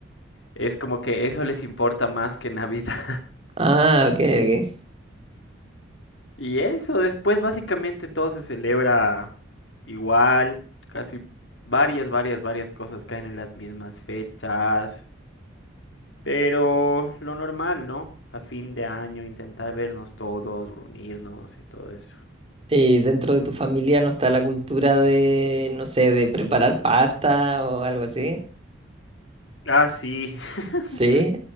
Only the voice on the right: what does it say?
Ah, ok, ok.
¿Y dentro de tu familia no está la cultura de, no sé, de preparar pasta o algo así?
Sí,